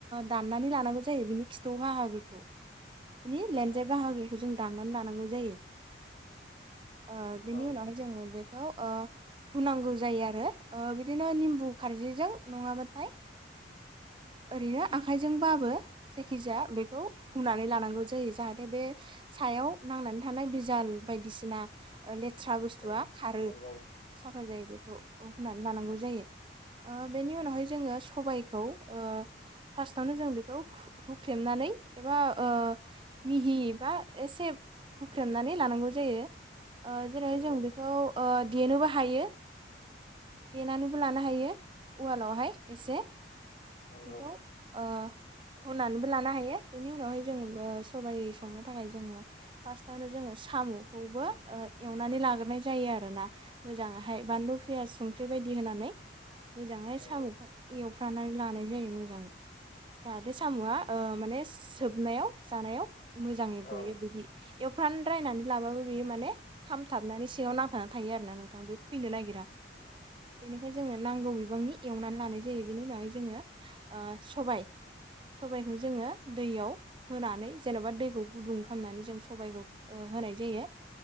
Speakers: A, on the right; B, on the left.
A: दाननानै लानांगौ जायो। बिनि खिथौ बाहागोखौ बिनि
B: नंगौ
A: लेनजाय बाहागोखौ जों दाननानै लानांगौ जायो। ओ बिनि
B: औ
A: उनावहाय जोङो बे <unintelligible> ओ हुनांगौ जायो आरो बिदिनो निमबु खारजिजों नङाबा <unintelligible> ओरैनो आखाइजोंबाबो जायखि-जाया बेखौ हुनानै लानांगौ जायो। जाहाथे बे सायाव नांनानै थानाय <unintelligible> <unintelligible> बायदिसिना लेथ्रा बुस्थुआ
B: उम
A: खारो
B: नंगौ
A: साफा जायो। बेखौ हुनानै लानांगौ जायो। ओ बेनि उनावहाय जोङो सबायखौ ओ पार्सटावनो जों बेखौ हु -हुख्रेमनानै एबा बा ओ मिहि बा एसे हुख्रेमनानै लानांगौ जायो। ओ जेरै
B: नंगौ
A: जों बेखौ ओ देनोबो हायो। देनानैबो लानो हायो। उवालावहाय एसे
B: नोंगौ।
A: बेखौ ओ। हुनानैबो लानो हायो। बेनि उनावहाय जों सबाइ संनो थाखाय जोङो फार्स्टआवनो जोङो साम'खौबो एवनानै लाग्रोनाय जायो आरोना। मोजाङैहाय बानलु फियास संख्रि बायदि बायदि होनानै मोजाङै
B: नंगौ
A: साम'खौ एवफ्रानानै लानाय जायो मोजांङै। जाहाथे साम'आ ओ माने सोबनायाव जानायाव मोजाङै
B: औ
A: गयो। बिदि एवफ्रान द्रायनानै लाबाबो बेयो माने खामथाबनानै, सिङाव नांथानानै थायो आरोना, नोंथां बे फैनो नागिरा।
B: नंगौ
A: बेनिखायनो जोंनो नांगौ <unintelligible> <unintelligible> एवनानै लानाय जायो। बेनि उनावहाय जोङो ओ सबाय सबायखौ जोङो दैयाव होनानै जेन'बा दैखौ गुदुं खालामनानै जों सबायखौ ओ होनाय जायो।